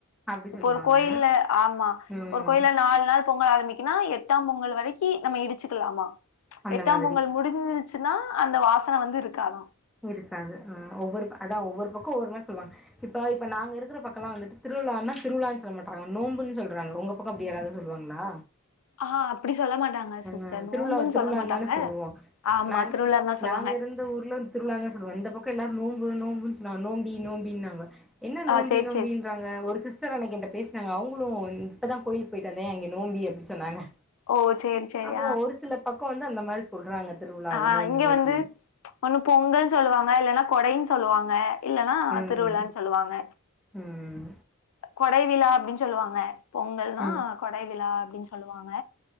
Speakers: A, in the centre; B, on the left.
A: அப்டி
B: இப்ப
A: சொல்லுவாங்க
B: ஒரு கோயில்ல ஆமா
A: ம்
B: ஒரு கோயில நாலு நாள் பொங்கல் ஆரம்பிக் ஏன்னா எட்டாம் பொங்கல் வரைக்கி நம்ம இடிச்சுக்கலாமா
A: அந்த மாதிரி
B: து முடிஞ்சிருச்சு னா அந்த வாசன வந்து இருக்காதா
A: இருக்காது ஆஹ் ஒவ்வொரு அதான் ஒவ்வொரு பக்கோ ஒவ்வொரு மாரி சொல்லுவாங்க இப்ப இப்ப நாங்க இருக்கிற பக்கம்லா வந்துட்டு திருவிழான்னா திருவிழான்னு சொல்லமாட்டறாங்க நோம்புன்னு சொல்றாங்க உங்க பக்கம் அப்டி யாராவது சொல்லுவாங்களா
B: ஆஹ் அப்டி சொல்ல மாட்டாங்க
A: அஹ்
B: சிஸ்டர் நோம்புன்னு
A: திருவிழா திருவிழான்தான
B: சொல்ல மாட்டாங்க
A: சொல்லுவோ
B: ஆமா
A: நா
B: திருவிழான்னுதா சொல்லுவாங்க
A: நாங்க இருந்த ஊர்ல திருவிழான்தா சொல்லுவோ இந்த பக்கம் எல்லாரு நோம்பு நோம்பு நோம்பி நோம்பினாங்க என்ன
B: ஆ
A: நோம்பி
B: சேரி
A: நோம்பின்றாங்க
B: சேரி
A: ஒரு சிஸ் சிஸ்டர் அன்னகி என்கிட்ட பேசுனாங்க அவுங்களு இப்பதா கோயிலுக்கு போய்ட்டுவந்தே அங்கே நோம்பி அப்டினு சொன்னாங்க
B: ஓ சேரி சேரி
A: அப்பதா ஒரு சில பக் க்கம் வந்து அந்த மாரி சொல்றாங்க திருவிழாவ
B: ஆஹ்
A: நோம்பி
B: இங்க வந்து
A: அப்டின்னு
B: ஒண்ணு பொங்கல் சொல்லுவாங்க இல்லன்னா கொடை சொல்லுவாங்க இல்லன்னா
A: ம்
B: திருவிழாண்ணு சொல்லுவாங்க
A: ம்
B: கொடை வி தா அப்டின்னு சொல்லுவாங்க பொங்கல்னா
A: ம்
B: கொடை விழா அப்டின்னு சொல்லுவாங்க